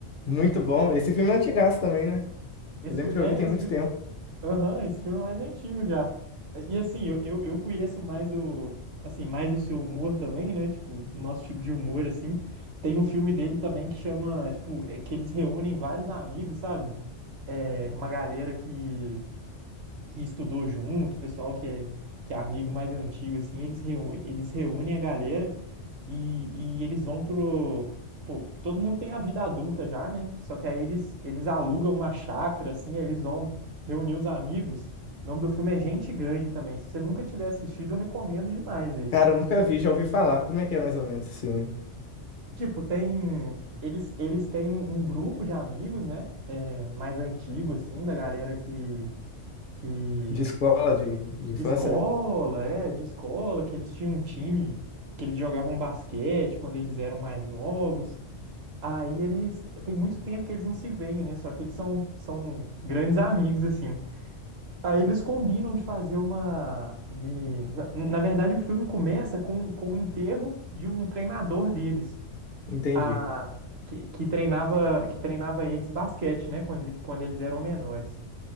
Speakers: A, on the left (about 55°); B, on the right (about 60°).
A: Muito bom. Esse filme é antigaço também, né?
B: Esse,
A: Eu lembro
B: fi-
A: que
B: é,
A: eu vi tem
B: esse,
A: muito
B: fi-
A: tempo.
B: aham, esse filme é mais antigo já. E assim, eu, eu, eu conheço mais o, assim, mais o seu humor também, né? Tipo, o nosso tipo de humor, assim. Tem um filme dele também que chama, tipo, é que eles reúnem vários amigos, sabe? É, uma galera que que estudou junto, o pessoal que é, que é amigo mais antigo, assim, eles, reu, eles reúnem a galera e, e eles vão pro. Pô, todo mundo tem a vida adulta já, né? Só que aí eles, eles alugam uma chácara, assim, aí eles vão reunir os amigos. O nome do filme é Gente Grande também. Se você nunca tiver assistido, eu recomendo demais esse.
A: Cara, eu nunca vi, já ouvi falar. Como é que é mais ou menos esse filme?
B: Tipo, tem. Eles, eles têm um, um grupo de amigos, né? É, mais antigo, assim, da galera que, que
A: De escola, de, de infância,
B: De escola,
A: né?
B: é, de escola, que eles tinham um time, que eles jogavam basquete quando eles eram mais novos. Aí eles, tem muito tempo que eles não se veem, né? Só que eles são, são grandes amigos, assim. Aí eles combinam de fazer uma. de- Na, na verdade, o filme começa com, com o enterro de um treinador deles,
A: Entendi.
B: a, que, que treinava, que treinava eles basquete, né? Quando, eles- quando eles eram menores.